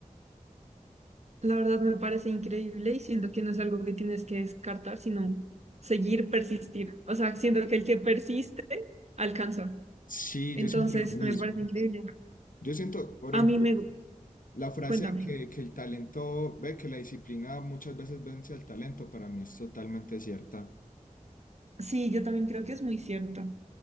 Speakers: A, on the right; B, on the left.
A: La verdad me parece increíble y siento que no es algo que tienes que descartar, sino seguir, persistir. O sea, siento que el que persiste alcanza.
B: Sí,
A: Entonces,
B: yo siento lo mismo.
A: me parece increíble.
B: Yo siento, por
A: A
B: ejemplo,
A: mí me... gu-
B: la frase
A: Cuéntame.
B: que, que el talento ve, que la disciplina muchas veces vence al talento, para mí es totalmente cierta.
A: Sí, yo también creo que es muy cierto.